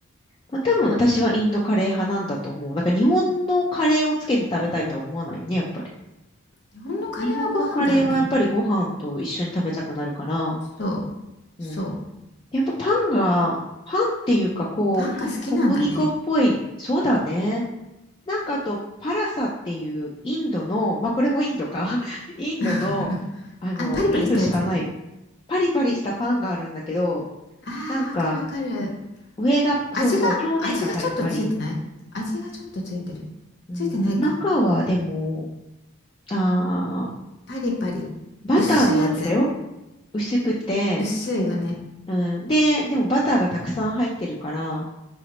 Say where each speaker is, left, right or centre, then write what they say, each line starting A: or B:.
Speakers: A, on the left; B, on the left.
A: まあ、多分私はインドカレー派なんだと思う。だから日本のカレーをつけて食べたいとは思わないよね、やっぱり。
B: 日本のカレーはご飯だよね。
A: 日本のカレーはやっぱりご飯と一緒に食べたくなるから、
B: そう、
A: うん。
B: そう。
A: やっぱパンが、パンっていうかこう、
B: パンが好きなんだね。
A: 小麦粉っぽい、そうだね。なんかあと、パラサっていうインドの、まあこれもインドか、
B: うん。
A: <laughs> インドの、
B: <laughs>
A: あの、
B: あの、パリパリしたやつ
A: インドしかないパリパリしたパンがあるんだけど、
B: ああー、
A: なんか
B: わかるわかる。
A: 上が、
B: 味が、
A: そうそう、表面がパリパリ。
B: 味がちょっとついてない味がちょっとついてる。
A: うん、
B: ついてないか。
A: 中はでも、あー、
B: パリパリ。
A: バターの味だよ。
B: 薄いやつ
A: 薄くて、
B: 薄いよね。
A: うん、で、でもバターがたくさん入ってるから、